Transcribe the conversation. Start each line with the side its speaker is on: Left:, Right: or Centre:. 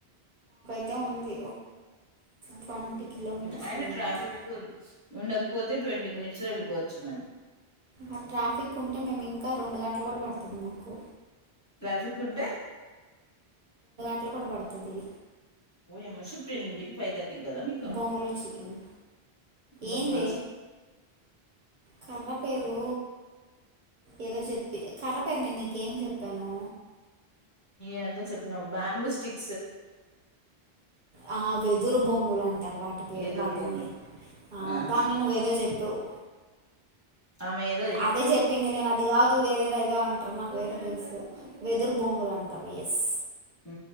Right: అయితే ఉంది ట్వంటీ కిలోమీటర్స్
Left: అయిన
Right: ఏమో
Left: ట్రాఫిక్
Right: ఉంది
Left: ఉండకపోతే ట్వంటీ మినిట్స్ లో వెళ్ళిపోవచ్చు మేము
Right: ఆ ట్రాఫిక్ ఉంటే మేము ఇంకా రెండు గంటలు కూడా పడుతుంది మాకు
Left: ట్రాఫిక్ ఉంటే
Right: అట్లా కూడా పడుతది
Left: ఓయమ్మా షిఫ్ట్ అయ్యింది ఇంటికి ఫైవ్ థర్టీకి కదా మీకు
Right: బొంగులో చికెన్
Left: బంగళ
Right: ఏంది కర్ర పేరు ఏదో చెప్పి కర్రీ పేరు నేను నీకేం చెప్పాను
Left: ఏందో చెప్పినం బాంబు స్టిక్
Right: ఆ వెదురు బొ లాండ్ అ వాటికి
Left: ఎదురు
Right: వాటిని
Left: బొంగు
Right: ఆ
Left: ఆహా
Right: బానే నువ్వు ఏదో చెప్పావు
Left: ఆమె ఏదో
Right: అది చెప్పింది నేను అది కాదు వేరేదో ఏదో అంటారు నాకు వేరే తెలుసు వెదురు బొంగులు అంటారు ఎస్
Left: ఉ